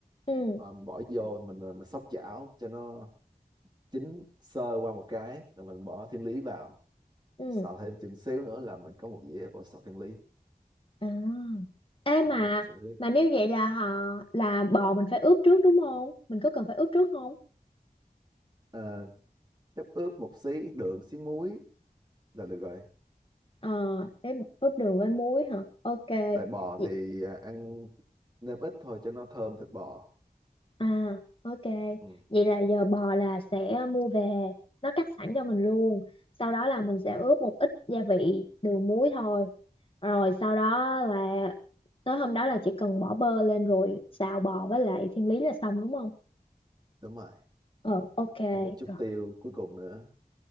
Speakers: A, on the left; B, on the right.
A: ừ,
B: Ờ, mình bỏ vô mình à, mình xóc chảo cho nó chín sơ qua một cái rồi mình bỏ thiên lý vào
A: ừ.
B: xào thêm chừng xíu nữa là mình có một dĩa bò xào thiên lý
A: À. Ê
B: đó,
A: mà
B: bò xào thiên lý
A: mà nếu vậy là họ là bò mình phải ướp trước đúng không? Mình có cần phải ướp trước không?
B: Ờ, chắc ướp một xí đường xí muối là được rồi
A: Ờ, để ướp đường với muối hả? Ok.
B: tại bò
A: Vậy,
B: thì à, ăn nêm ít thôi cho nó thơm thịt bò
A: à, ok.
B: ừ
A: Vậy là giờ bò là sẽ mua về nó cắt sẵn cho mình luôn. Sau đó là mình sẽ
B: mà
A: ướp một ít gia vị đường muối thôi. Rồi sau đó là tới hôm đó là chỉ cần bỏ bơ lên rồi xào bò với lại thiên lý là xong đúng không?
B: đúng rồi
A: Ờ, ok.
B: thêm một chút
A: Rồi,
B: tiêu cuối cùng nữa